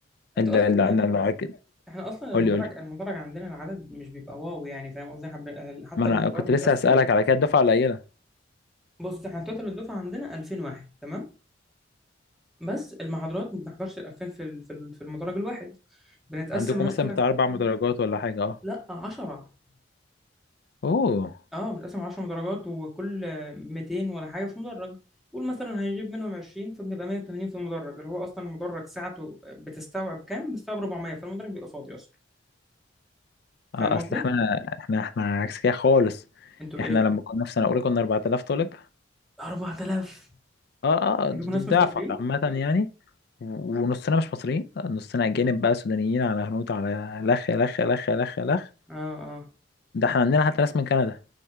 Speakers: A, on the left; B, in the centre.
A: ال-
B: انت اصلا
A: ال- ال-
B: انت
A: ال-
B: احنا اصلا المدرج
A: قول لي قول لي
B: المدرج عندنا العدد مش بيبقى واو يعني فاهم قصدي حب- حتى
A: ما انا
B: المحاضرات
A: كنت
B: متقسمة
A: لسه هسألك على كده الدفعة قليلة
B: بص احنا توتال الدفعة عندنا 2000 واحد تمام بس المحاضرات ما بنحضرش الألفين في ال- في ال- في المدرج الواحد بنتقسم
A: عندكم
B: مثلا
A: مثلا بتاع اربع مدرجات ولا حاجة اه
B: لا 10
A: اوه
B: اه بنتقسم 10 مدرجات وكل 200 ولا حاجة في مدرج قول مثلا هنجيب منهم 20 فبنبقى 180 في المدرج اللي هو أصلا المدرج ساعته بتستوعب كام؟ بتستوعب 400 فالمدرج بيبقى فاضي أصلا فاهم
A: اه اصل
B: قصدي؟
A: احنا احنا احنا عكس كده خالص
B: أنتوا
A: احنا
B: إيه؟
A: لما كنا في سنه اولى كنا 4000 طالب
B: 4000
A: اه اه
B: عندكم
A: ضعفك
B: ناس مش مصريين؟
A: عامه يعني و- ونصنا مش مصريين نصنا اجانب بقى سودانيين على هنود على لخ لخ لخ لخ لخ
B: اه اه
A: ده احنا عندنا حتى ناس من كندا